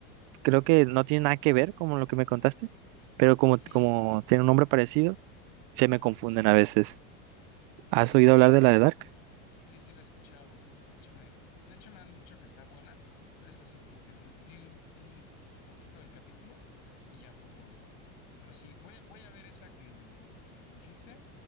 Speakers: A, on the right (about 55°); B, on the left (about 60°).
A: creo que no tiene nada que ver con lo que me contaste, pero como,
B: Sí,
A: como tiene un nombre parecido, se
B: ajá.
A: me confunden a veces. ¿Has
B: Sí,
A: oído
B: sí
A: hablar
B: la
A: de la de Dark?
B: Sí, sí la he escuchado. De hecho, me, de hecho me han dicho que está buena, pero es así como que no vi un poquito del capítulo y ya fue todo. Pero sí, voy a, voy a ver esa que, que me dijiste